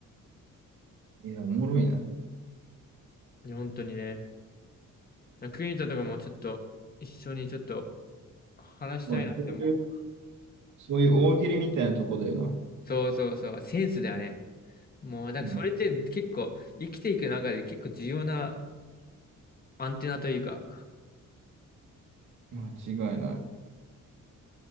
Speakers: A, on the right; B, on the left.
A: いや、おもろいな。
B: いや本当にね。国田とかもちょっと一緒にちょっと話したいなって思った。
A: もうそういう、そういう大喜利みたいなとこだよな。
B: そうそうそう。センスだよね。もう、だからそれって結構生きていく中で結構重要な
A: うん、
B: アンテナというか、
A: 間違いない。